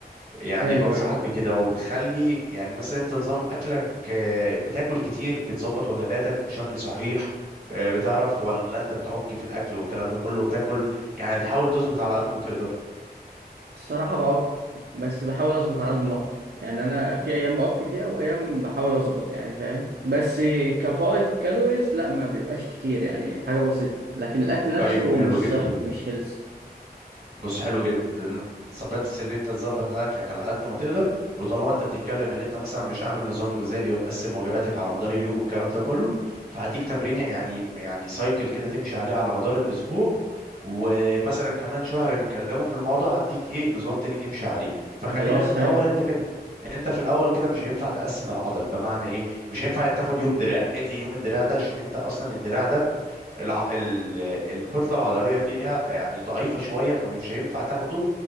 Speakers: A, on the right; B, on the right.
A: يعني
B: ايوه
A: بنصحك
B: ايوه
A: بكده وبتخلي يعني مثلا انت نظام اكلك آه، بتاكل كتير بتظبط وجباتك بشكل صحيح آه، بتعرف ولا انت بتعك في الاكل والكلام ده كله بتاكل يعني بتحاول تظبط على قد ما تقدر
B: الصراحه بعك بس بحاول اظبط على قد ما اقدر يعني انا في ايام بعك فيها وايام بحاول اظبط يعني فاهم بس كفائض كالوريز لا ما بيبقاش كتير يعني حاجه بسيطه لكن الاكل نفسه
A: طيب حلو
B: مش
A: جدا
B: صح مش هيلث
A: بص حلو جدا بس اللي انت تظبط اكلك على قد ما تقدر وطالما انت بتتكلم اللي انت مثلا مش عامل نظام غذائي ومقسم وجباتك على مدار اليوم والكلام ده كله فهديك تمرين يعني يعني سايكل كده تمشي عليه على مدار الاسبوع ومثلا كمان شهر نتكلموا في الموضوع هديك ايه نظام تاني تمشي عليه فخلينا
B: خلاص
A: في الاول
B: حلو
A: انت كده انت في الاول كده مش هينفع تقسم العضل بمعنى ايه مش هينفع تاخد يوم دراع الغي يوم الدراع ده عشان انت اصلا الدراع ده الع... ال... الكتله العضليه فيها يعني ضعيفه شويه فمش هينفع تاخده